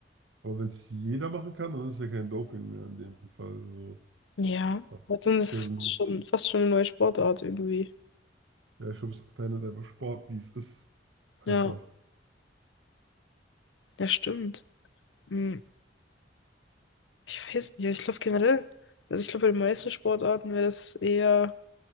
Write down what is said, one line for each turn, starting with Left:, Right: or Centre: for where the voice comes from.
Right: Aber wenn es jeder machen kann, dann ist ja kein Doping mehr in dem Fall. So,
Left: Ja.
Right: dann
Left: Aber dann
Right: ist
Left: ist
Right: ja so
Left: es schon
Right: ein,
Left: fast schon eine neue Sportart irgendwie.
Right: ja, ich glaube, es verändert einfach Sport, wie es ist. Einfach.
Left: Ja. Ja, stimmt. Hm, Ich weiß nicht, ich glaube generell, also ich glaube, bei den meisten Sportarten wäre das eher